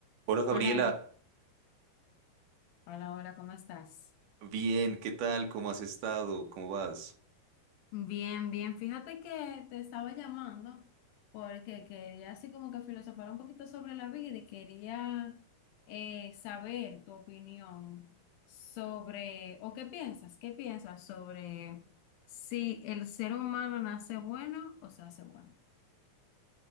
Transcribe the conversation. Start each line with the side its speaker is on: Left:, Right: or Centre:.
Right: Hola Gabriela,
Left: Hola, Eric. hola, hola, ¿cómo estás?
Right: bien, ¿qué tal? ¿Cómo has estado? ¿Cómo vas?
Left: Bien, bien. Fíjate que te estaba llamando porque quería así como que filosofar un poquito sobre la vida y quería eh, saber tu opinión sobre, o qué piensas, qué piensas sobre si el ser humano nace bueno o se hace bueno.